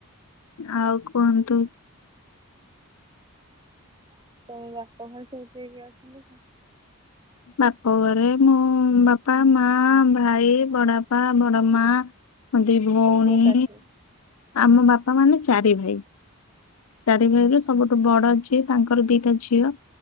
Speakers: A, on the left (about 75°); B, on the right (about 20°).
A: ଆଉ କୁହନ୍ତୁ
B: ଆଉ ତମ ବାପଘରେ ସବୁ କିଏ କିଏ ଅଛନ୍ତି ନା
A: ବାପ ଘରେ ମୁଁ ବାପା ମା ଭାଇ ବଡବାପା ବଡ ମା ଦି ଭଉଣୀ
B: ସବୁ ଏକାଠି?
A: ଆମ ବାପା ମାନେ ଚାରି ଭାଇ ଚାରି
B: ଓହୋ
A: ଭାଇରେ ସବୁଠୁ ବଡ ଯିଏ ତାଙ୍କର ଦିଟା ଝିଅ